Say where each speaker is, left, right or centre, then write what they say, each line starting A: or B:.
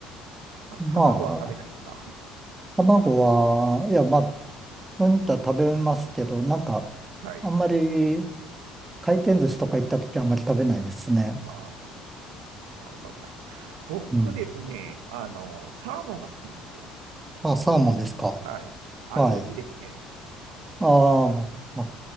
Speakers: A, on the right (about 80°); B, on the right (about 20°).
A: あ卵は食べないですか
B: まあ、卵は、いや、まあ、そういったら食べますけど、なんか、
A: <laughs> はい。
B: あんまり、回転寿司とか行った時はあんまり食べないですね。
A: あー、なるほど、なるほど。僕ですね、
B: うん。
A: あの、サーモンが好きなんですよ。
B: あ、サーモンですか。
A: はい。あれ美味しいですね。
B: はい。ああ、まあ、